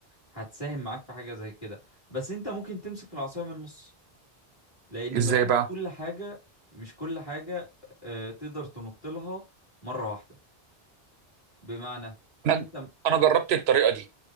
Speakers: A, on the left; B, on the right.
A: هتساهم معاك في حاجة زي كده بس انت ممكن تمسك العصاية من النص لان
B: ازاي
A: مفيش
B: بقى
A: كل حاجة مش كل حاجة آه، تقدر تنط لها مرة واحدة بمعنى
B: انا
A: انت
B: انا جربت الطريقة دي